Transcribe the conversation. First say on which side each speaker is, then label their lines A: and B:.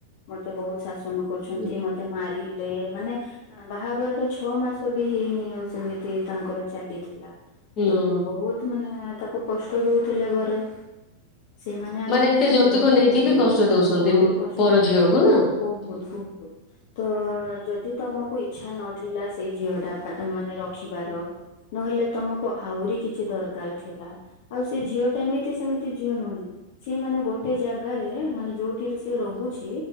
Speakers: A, on the left; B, on the left.
A: ମତେ ବହୁତ ଶାସନ କରୁଛନ୍ତି
B: ହୁଁ
A: ମତେ ମାରି ହେଲେ ଏମାନେ ବାହାଘର ଟା ଛଅ ମାସ ବି ହେଇନି ଆଉ ସେମିତି ତାଙ୍କର ଚାଲିଥିଲା
B: ହୁଁ।
A: ତ
B: ହୁଁ।
A: ବହୁତ ମାନେ ତାକୁ କଷ୍ଟ ଦେଉଥିଲେ ଘରେ ସେମାନେ ଆଉ
B: ମାନେ ଏତେ ଯୌତୁକ
A: ରହି
B: ନେଇକି
A: ପାରିଲାନି
B: ବି କଷ୍ଟ ଦଉଛନ୍ତି
A: ହଁ କଷ୍ଟ
B: ପର
A: କରୁଛନ୍ତି
B: ଝିଅକୁ ନା।
A: ବହୁତ
B: ହୁଁ
A: ବହୁତ ତ ଯଦି ତମକୁ ଇଛା ନଥିଲା ସେଇ ଝିଅ ଟା ମାନେ ରଖିବାର ନହେଲେ ତମକୁ ଆହୁରି କିଛି ଦରକାର ଥିଲା, ଆଉ ସେ ଝିଅଟା ଏମିତି ସେମିତି ଝିଅ ନୁହେଁ ସି ମାନେ ଗୋଟେ ଜାଗାରେ ମାନେ ଯୋଉଠିରେ ସି ରହୁଛି